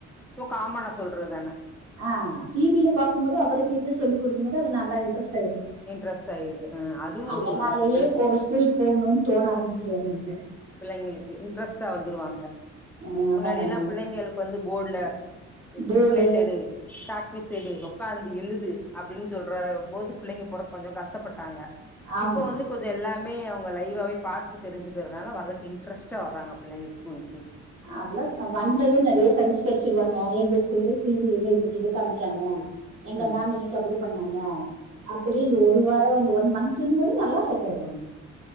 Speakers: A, in the centre; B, on the right.
A: சோ காமனா சொல்றதுதான
B: ஆமா டிவில பாக்கு போது அப்றோ டீச்சர் சொல்லி குடுக்கு போது நல்லா இன்ட்ரஸ்ட்
A: இன்ட்ரெஸ்ட் ஆயிருது அ அதுவு
B: அதனாலயே
A: ஒரு பிள்ள
B: போக ஸ்கூல் போகணுன் தோண ஆரம்பிச்சிரு அவங்களுக்கு
A: பிள்ளைங்களுக்கு இன்ட்ரெஸ்ட்டா வந்துருவாங்க
B: ஆ,
A: முன்னாடியெல்லா
B: ஆமா மேம்
A: பிள்ளைங்களுக்கு வந்து போர்டல ச
B: போர்டு
A: ஸ்லேட்டெடு சாக் பீஸ் எடு உக்காந்து எழுது அப்டின் சொல்ற போது பிள்ளைங்க போற கொஞ்சோ கஷ்டப்பட்டாங்க
B: ஆமா
A: இப்போ வந்து கொஞ்சோ எல்லாமே அவங்க லைவாவே பாத்து தெரிஞ்சுக்கிறனால வரக்கு இன்ட்ரஸ்ட்டா வறாங்க பிள்ளைங்க ஸ்கூலுக்கு
B: அவ்வளவுக் நா வந்ததே நெறய ஃபிரெண்ட்ஸ் கெடச்சிருவாங்க எங்க ஸ்கூல்ல டிவி இல்லன்னு இது காமிச்சாங்க எங்க
A: ம்
B: மேம் என எப்டி பண்ணாங்க அப்டி இந்த ஒரு வார அ ஒன் மந்த்ன்றது நல்லா செட் ஆயிருவாங்கா